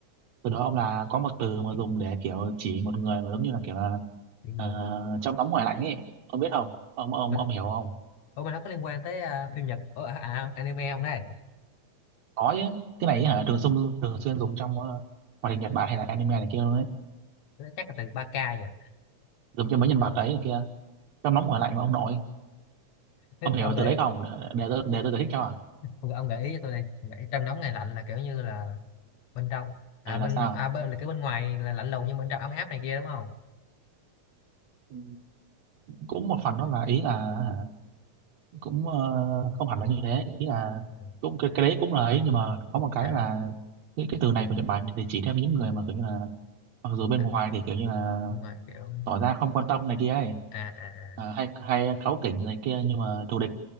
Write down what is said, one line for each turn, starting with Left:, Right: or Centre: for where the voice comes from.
Right: từ đó ông là có một từ mà dùng để kiểu chỉ một người mà giống như là kiểu là
Left: bị người
Right: ờ,
Left: nữa
Right: trong nóng ngoài lạnh ấy ông biết không ông ông
Left: mình
Right: ông hiểu không
Left: ủa mà nó có liên quan tới à, phim Nhật ủa, à, à, anime không đây
Right: có chứ cái này ấy hả thường xuyên thường xuyên dùng trong ờ, hoạt hình Nhật Bản hay là anime này kia luôn đấy
Left: chắc là từ ba k nha
Right: dùng cho mấy nhân vật đấy này kia trong nóng ngoài lạnh mà ông nội
Left: Thế
Right: ông hiểu
Left: ông gợi
Right: từ đấy không để để tôi để tôi giải thích cho à
Left: ông, gợi- ông gợi ý cho tôi đi Ông gợi ý trong nóng này lạnh là kiểu như là bên trong à
Right: ừ
Left: bên
Right: là sao
Left: à bên là cái bên ngoài là lạnh lùng nhưng bên trong ấm áp này kia đúng không
Right: Ừ, cũng một phần đó là ý là hả, cũng ờ, không hẳn là như thế ý là
Left: Ừ.
Right: cũng cái, cái đấy cũng là ấy nhưng mà có một cái
Left: à
Right: là cái, cái từ này của Nhật Bản để chỉ thêm những người mà kiểu như là mặc dù bên
Left: đó,
Right: ngoài thì kiểu như là
Left: bên ngoài kiểu
Right: tỏ ra không quan tâm này kia ấy
Left: à à à
Right: à, hay hay cáu kỉnh này kia nhưng mà thù địch